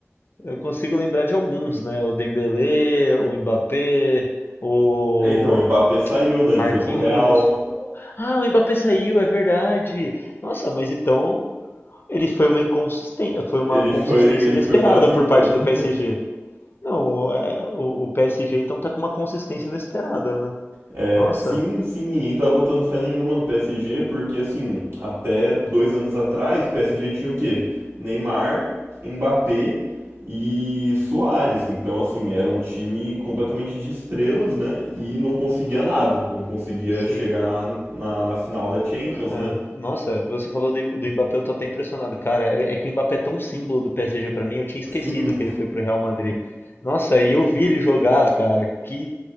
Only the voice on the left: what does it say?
eu consigo lembrar de alguns, né? O Dembélé, o Mbappé, o
Marquinhos.
Ah, o Mbappé saiu, é verdade. Nossa, mas então ele foi uma inconsistência, foi uma
consistência
inesperada
por parte
do PSG. Não, é, o, o PSG então tá com uma consistência inesperada, né?
Nossa,
sim.
é.
Nossa, você falou do, do Mbappé, eu tô até impressionado, cara. É, é que o Mbappé é tão símbolo do PSG pra mim, eu tinha esquecido
que ele foi pro Real Madrid. Nossa, e eu vi ele jogar, cara. Que,